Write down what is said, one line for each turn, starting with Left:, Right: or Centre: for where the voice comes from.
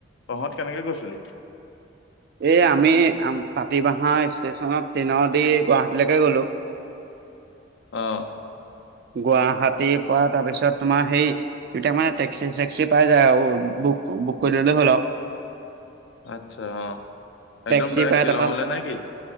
Left: তহঁত কেনেকে গৈছিলি?
Right: এই আমি তাঁতি বাহা ষ্টেচনত ট্ৰেইনৰ দি গুৱাহাটীলৈকে গলো
Left: অহ
Right: গুৱাহাটীৰ পৰা তাৰপিছত তোমাৰ সেই এতিয়া মানে টেক্সি চেক্সি পাই যায় আৰু বুক বুক কৰি ললে হ'ল আৰু
Left: আচ্ছা অহ
Right: টেক্সি
Left: একদম দাৰেক
Right: পাই
Left: শিলঙলে
Right: তাৰপৰা
Left: নে কি?